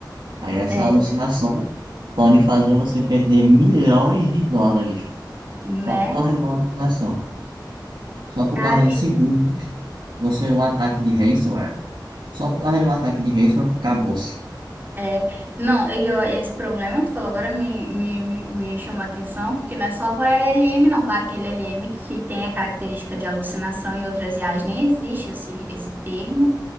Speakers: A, on the right; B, on the right.
A: Aí, essa
B: É.
A: alucinação pode fazer você perder milhões de dólares
B: Né?
A: só por causa de uma alucinação. Só por
B: Cara,
A: causa de
B: e-
A: segundos, você é um ataque de ransomware. Só por causa de um ataque de ransomware, acabou-se.
B: é. Não, e eu- esse problema que tu falou agora me, me, me me chamou a atenção, porque não é só por LLM, não. Claro que LLM que tem a característica de alucinação e outras IAs nem existe esse, esse termo,